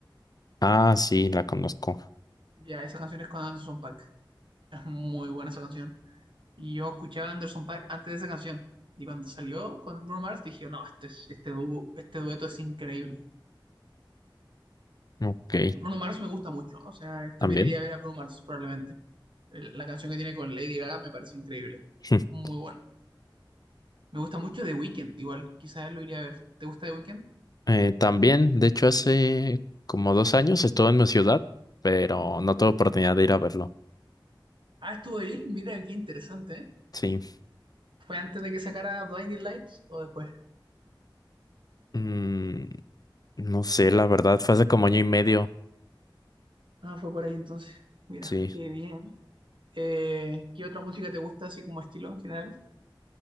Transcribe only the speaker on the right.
Ya, esa canción es con Anderson Paak. Es muy buena esa canción. Y yo escuchaba a Anderson Paak antes de esa canción. Y cuando salió con Bruno Mars dije, no, este, es- este, dúo- este dueto es increíble.
Bruno Mars me gusta mucho, o sea,
también iría a ver a Bruno Mars probablemente. El- la canción que tiene con Lady Gaga me parece increíble,
muy buena. Me gusta mucho The Weeknd, igual, quizás lo iría a ver. ¿Te gusta The Weeknd?
Ah, estuvo ahí, mira qué interesante, ¿eh?
¿Fue antes de que sacara Blinding Lights o después?
Ah, fue por ahí entonces, mira,
qué bien. Eh, ¿qué otra música te gusta así como estilo en general?